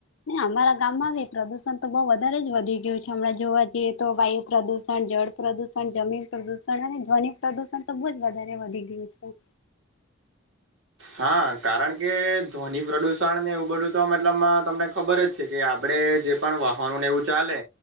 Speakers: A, on the left; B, on the right.
A: અમારા ગામમાં હ પ્રદુષણ તો બહુ વધારે જ વધી ગયું છે હમણાં જોવા જઈએ તો વાયુ પ્રદુષણ, જળ પ્રદુષણ જમીન પ્રદુષણ અને ધ્વન પ્રદુષણ તો બહુ જ વધારે વધી ગયું છે.
B: હા કારણ કે ધ્વની પ્રદૂષણને એવું બધું તો મતલબમાં તમને ખબર જ છે કે આપણે જે પણ વાહનોને એવું ચાલે